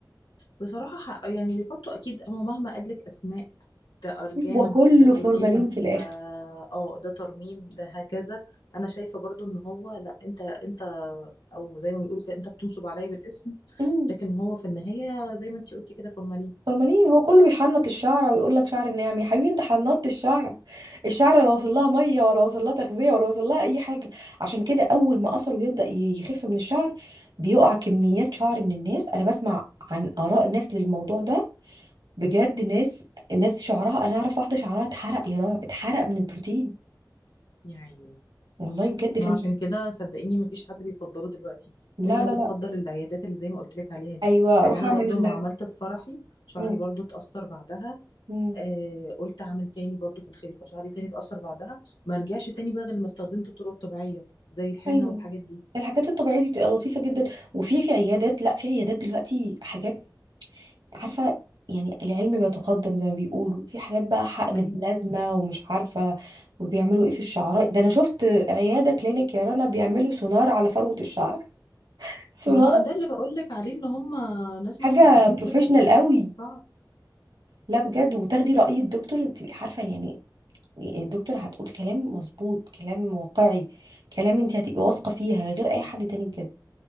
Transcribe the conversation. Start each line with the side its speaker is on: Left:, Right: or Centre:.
Left: بصراحة حق يعني بيحطوا أكيد أما مهما قالك أسماء ده أرجان
Right: هو كله
Left: ده بروتين
Right: فورمالين في الاخر
Left: ده اه ده ترميم ده هكذا أنا شايفة برضو إن هو لأ أنت أنت أو زي ما بيقولوا كده أنت بتنصب عليا بالاسم
Right: أمم،
Left: لكن هو في النهاية زي ما أنتي قلتي كده فورمالين
Right: فورمالين هو كله بيحنط الشعره ويقول لك شعر ناعم يا حبيبي انت حنطت الشعره الشعره لا وصل لها ميه ولا وصل لها تغذيه ولا وصل لها اي حاجه عشان كده اول ما اثر ويبدا ي- يخف من الشعر بيقع كميات شعر من الناس انا بسمع عن اراء ناس للموضوع ده بجد ناس ناس شعرها انا اعرف واحده شعرها اتحرق يا رنا اتحرق من البروتين
Left: يعني
Right: والله بجد فانت
Left: ما عشان كده صدقيني مفيش حد بيفضله دلوقتي
Right: لا
Left: كل الناس
Right: لا
Left: بتفضل
Right: لا
Left: العيادات اللي زي ما قلت لك عليها دي
Right: ايوه
Left: يعني
Right: روح
Left: أنا
Right: اعمل
Left: برضو لما عملت في فرحي شعري
Right: <laughs>
Left: برضو اتأثر بعدها
Right: مم.
Left: آه قلت اعمل تاني برضو في الخلفه شعري تاني اتأثر بعدها ما رجعش تاني بقى غير لما استخدمت الطرق الطبيعيه زي الحنه
Right: ايوه
Left: والحاجات دي
Right: الحاجات الطبيعيه دي بتبقى لطيفه جدا وفي في عيادات لا في عيادات دلوقتي حاجات عارفه يعني العلم بيتقدم زي ما بيقولوا في حاجات بقى حقن
Left: ايوه
Right: بلازما ومش عارفه وبيعملوا ايه في الشعراء ده انا شفت عياده كلينيك يا رنا بيعملوا سونار على فروه الشعر سونار
Left: ما هو ده اللي بقول لك عليه ان هم ناس
Right: حاجه
Left: متخصصين
Right: بروفيشنال
Left: في الشعر
Right: قوي لا بجد وتاخدي راي الدكتور تبقي عارفه يعني إيه، الدكتور هتقول كلام مظبوط كلام واقعي كلام انت هتبقي واثقه فيها غير اي حد تاني بجد